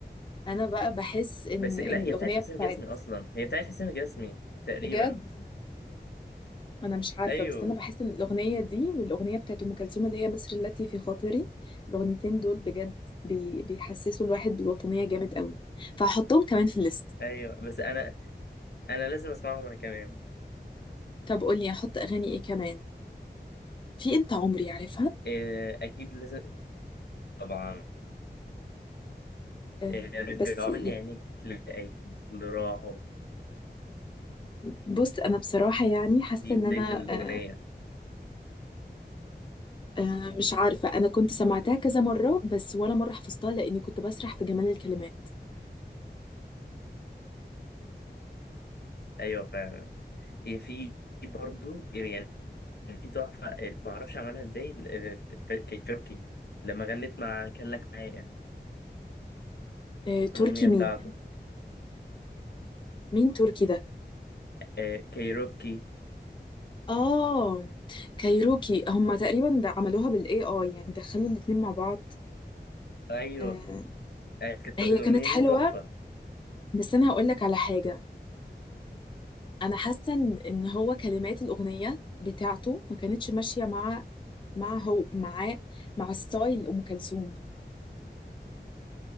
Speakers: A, on the left; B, on the left.
A: أنا بقى بحس إن
B: بس
A: إن
B: لا هي
A: الأغنية
B: بتاعت حسين
A: بتاعت
B: الجسمي اصلا هي بتاعت حسين الجسمي تقريبا
A: بجد انا مش عارفه
B: ايوه
A: بس انا بحس ان الاغنيه دي والاغنيه بتاعت ام كلثوم اللي هي مصر التي في خاطري الاغنيتين دول بجد بي... بيحسسوا الواحد بالوطنيه جامد قوي فهحطهم كمان في الليست
B: ايوه بس انا انا لازم اسمعهم انا كمان
A: طب قولي احط اغاني ايه كمان في انت عمري عارفها
B: إيه اكيد لازم طبعا
A: آه
B: إيه رجعوني
A: بس ي-
B: عينيك للأيام اللي راحوا
A: بص انا بصراحه يعني حاسه
B: دي
A: ان
B: بداية
A: انا
B: الأغنية
A: آه آه مش عارفه انا كنت سمعتها كذا مره بس ولا مره حفظتها لاني كنت بسرح في جمال الكلمات
B: أيوة فعلا هي في في برضو يعني في تحفة اللي معرفش عملها ازاي ال- ال- ك- كايروكي لما غنت مع كان لك معايا
A: آه تركي
B: الأغنية
A: مين
B: بتاعته
A: مين تركي ده
B: إيه كايروكي
A: اه كايروكي هما تقريبا ده عملوها بالاي اي يعني دخلوا الاتنين مع بعض
B: أيوة
A: آه
B: أيوة، كانت
A: هي
B: الأغنية
A: كانت حلوة
B: دي تحفة
A: بس انا هقول لك على حاجة انا حاسة ان إن هو كلمات الاغنية بتاعته ما كانتش ماشية مع مع هو معاه مع ستايل ام كلثوم